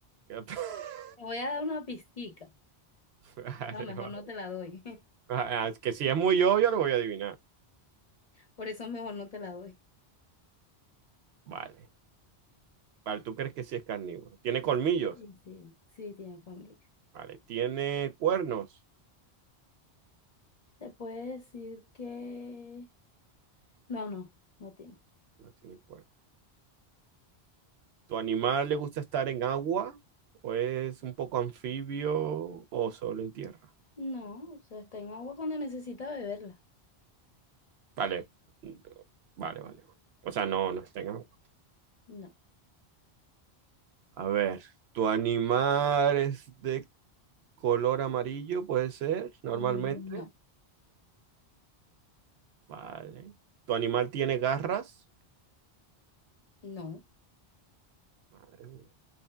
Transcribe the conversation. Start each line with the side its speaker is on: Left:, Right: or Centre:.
Right: <laughs>
Left: Te voy a dar una pizquica.
Right: Vale,
Left: No, mejor
Right: vale.
Left: no te la doy. <laughs>
Right: Ah, es que si es muy obvio, lo voy a adivinar.
Left: Por eso mejor no te la doy.
Right: Vale. Vale, tú crees que sí es carnívoro. ¿Tiene colmillos?
Left: Sí, sí, sí tiene colmillo.
Right: Vale, ¿tiene cuernos?
Left: Se puede decir que... No, no, no tiene.
Right: No tiene cuernos. ¿Tu animal le gusta estar en agua? ¿O es un poco anfibio o solo en tierra?
Left: No, o sea, está en agua cuando necesita beberla.
Right: Vale, vale, vale. O sea, no, no está en agua.
Left: No,
Right: A ver, ¿tu animal es de color amarillo? Puede ser, normalmente.
Left: Mm, no,
Right: Vale. ¿Tu animal tiene garras?
Left: no,
Right: Madre mía.